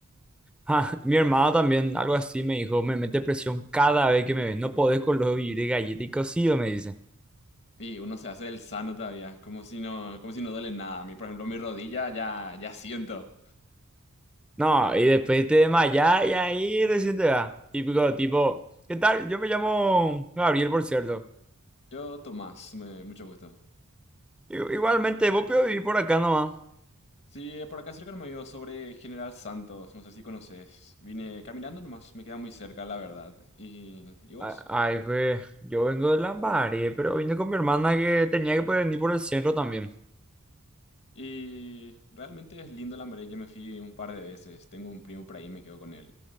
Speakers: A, in the centre; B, on the left.
A: Ja, mi hermano también, algo así me dijo, me mete presión cada vez que me ve. No podés con los vivir de galleta y cocido, me dice.
B: Y uno se hace el sano todavía, como si no, como si no duele nada. A mí, por ejemplo, mi rodilla ya, ya siento.
A: No, y después te desmayás y ahí recién te da. Típico, tipo, ¿qué tal? Yo me llamo Gabriel, por cierto.
B: Yo, Tomás, me- mucho gusto.
A: I- Igualmente, vos podés vivir por acá nomás.
B: Sí, eh, por acá cerca no me vio sobre General Santos, no sé si conoces. Vine caminando nomás, me queda muy cerca, la verdad. ¿Y, y vos?
A: a- Ay, güey, yo vengo de Lambaré, pero vine con mi hermana que tenía que poder venir por el centro también.
B: Y realmente es lindo Lambaré, yo me fui un par de veces, tengo un primo por ahí, me quedo con él.